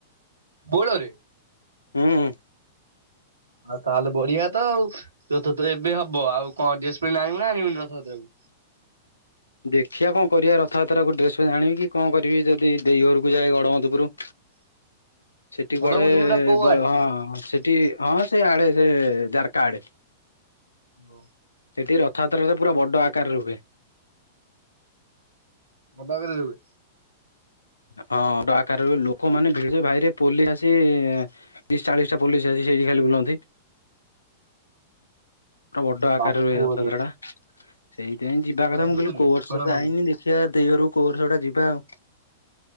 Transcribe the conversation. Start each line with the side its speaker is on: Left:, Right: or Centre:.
Right: ବୋଳରେ।
Left: ହୁଁ।
Right: ଆଉ ତାହେଲେ ବଢିଆତ ଆଉ ରଥଯାତ୍ରା ଏବେ ହବ ଆଉ କଣ ଡ୍ରେସ୍ ପେଣ୍ଟ ଆଣିବୁନା ଆଣିବୁନି ରଥଯାତ୍ରକୁ?
Left: ଦେଖିଆ କଁ କରିବା ରଥଯାତ୍ରାକୁ ଡ୍ରେସ୍ ଫେସ୍ ଆଣିବିକି କଁ କରିବି ଯଦି ଦେଇ ଘରକୁୁ ଯାଏ ଗଡ଼ମଧୁପୁର
Right: <inaudible>
Left: ସେଠି
Right: ବଡ
Left: କୁଆଡ଼େ
Right: ମଧୁପୁର ଟା କୋଉ
Left: ବ
Right: ଆଡେ?
Left: ହଁ ସେଠି ହଁ ସେ ଆଡ଼େ ସେ ଯାର୍କା ଆଡ଼େ।
Right: ଓ।
Left: ସେଠି ରଥଯାତ୍ରାରେ ପୁରା ବଡ଼ ଆକାରରେ ହୁଏ।
Right: ବଡ଼ ଆକାରରେ ହୁଏ?
Left: ହଁ ବଡ଼ ଆକାରରେ ହୁଏ ଲୋକମାନେ ଭିଡ଼ ଭାଇରେ ପୋଲି ଆସି ତିରିଶି ଚାଳିଶଟା ପୋଲିସ୍ ଆସି ସେଇଠି ଖାଲି ବୁଲନ୍ତି। ପୁରା ବଡ଼ ଆକାରରେ
Right: ବାପୁରେ
Left: ହୁଏ ରଥଯାତ୍ରାଟା। ସେଇଥିପାଇଁ ଯିବା କଥା
Right: ମଧୁପୁରରେ
Left: ମୁଁ କହିଲି କୋଉବର୍ଷ
Right: ବଡ
Left: ଯାଇନି
Right: ମଧୁ
Left: ଦେଖିବା ଦେଇ ଘରକୁ କୋଉବର୍ଷ ଗୋଟେ ଯିବା ଆଉ।